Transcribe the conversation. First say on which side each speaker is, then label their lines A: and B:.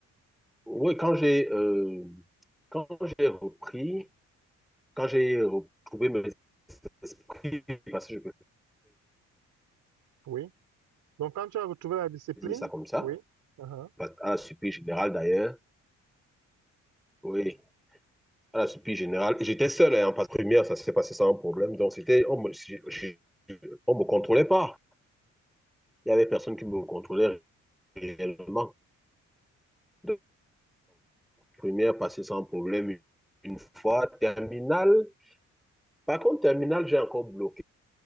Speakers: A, in the centre; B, on the right.
A: oui, quand j'ai euh, quand j'ai repris, quand j'ai retrouvé mes esprits, parce que je peux
B: Oui. Donc, quand tu as retrouvé la discipline,
A: dire ça comme ça,
B: oui, uh-huh,
A: parce- à la surprise générale d'ailleurs, oui, à la surprise générale, et j'étais seul hein, en passe première, ça s'est passé sans problème, donc c'était, on me, je- je- on me contrôlait pas, il y avait personne qui me contrôlait réellement. Donc, première passée sans problème une, une fois, terminale, par contre, terminale, j'ai encore bloqué.